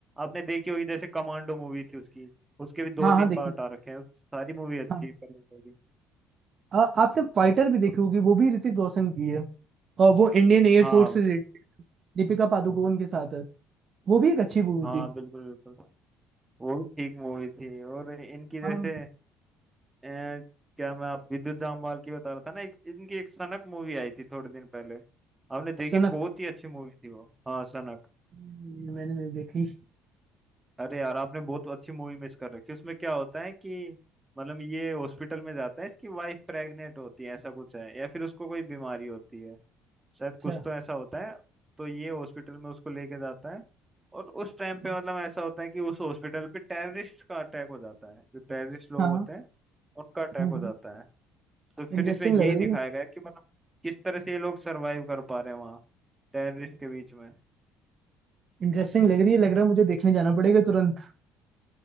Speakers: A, on the right; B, on the right.
A: आपने देखी होगी जैसे कमांडो मूवी थी उसकी उसके भी दो
B: हाँ हाँ
A: तीन
B: देखिए
A: पार्ट आ रखे हैं सारी मूवी अच्छी
B: हाँ
A: है कमांडो की
B: अ, आपने फाइटर भी देखी
A: उस-
B: होगी वो भी ऋतिक रोशन की है और वो इंडियन एयर
A: हाँ
B: फोर्स से रिलेटेड दीपिका पादुकोण के साथ है वो भी एक अच्छी मूवी
A: हाँ
B: थी
A: बिल्कुल बिल्कुल वो भी ठीक मूवी थी और इनकी जैसे
B: हाँ
A: अ, क्या मैं आप विद्युत जामवाल की बता रहा था ना एक, इनकी एक सनक मूवी आई थी थोड़े दिन पहले आपने देखी
B: सनक
A: बहुत ही अच्छी मूवी थी वो हाँ सनक
B: नहीं, मैंने नहीं देखी
A: अरे यार आपने बहुत अच्छी मूवी मिस कर रखी है उसमें क्या होता है कि मतलब ये हॉस्पिटल में जाता है इसकी वाइफ प्रेग्नेंट होती है ऐसा कुछ है या फिर उसको कोई बीमारी होती है शायद
B: अच्छा
A: कुछ तो ऐसा होता है तो ये हॉस्पिटल में उसको लेके जाता है और उस टाइम
B: हाँ
A: पे मतलब ऐसा होता है कि उस हॉस्पिटल पे टेररिस्ट का अटैक हो जाता है जो टेररिस्ट लोग
B: हाँ
A: होते हैं उनका अटैक
B: हम्म
A: हो
B: हम्म
A: जाता है तो फिर
B: इंटरेस्टिंग
A: इसमें यही
B: लग रही
A: दिखाया
B: है
A: गया है कि मतलब किस तरह से ये लोग सरवाइव कर पा रहे हैं वहाँ टेररिस्ट के बीच में
B: इंटरेस्टिंग लग रही है लग रहा है मुझे देखने जाना पड़ेगा तुरंत